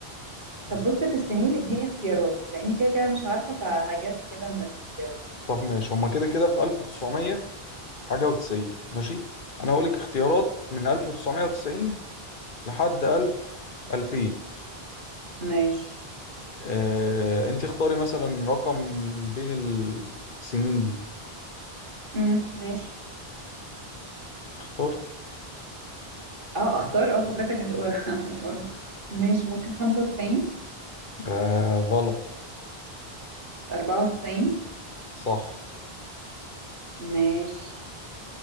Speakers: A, on the right (about 55°); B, on the left (about 55°).
A: طب بص في السنين اديني اختيارات لأني كده كده مش عارفة فهجس كده من الاختيارات
B: طب ماشي هما كده كده في 1900 حاجة وتسعين ماشي أنا هقولك اختيارات من 1990 لحد 1000 2000
A: ماشي
B: أه... أنت اختاري مثلا رقم بين السنين دي
A: مم. ماشي
B: اختاري
A: اه اختار اه فكرتك هتقول <laughs> هتقول ماشي ممكن خمسة وتسعين
B: أه... غلط
A: أربعة وتسعين،
B: صح
A: ماشي